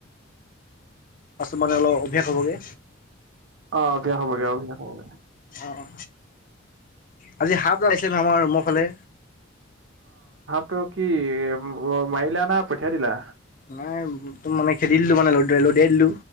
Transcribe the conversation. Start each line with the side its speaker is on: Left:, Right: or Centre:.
Left: মানে অলপ অভ্যাস হ'বগে।
Right: অ অভ্যাস হবগে, অভ্যাস হবগে।
Left: অ-অ। আজি সাপ এডাল আহিছিলে নহয় আমাৰ ৰুমৰ ফালে।
Right: টো কি মাৰিলা না পঠিয়াই দিলা?
Left: নাই তম মানে খেদি দিলো। মানে ল লদিয়াই দিলো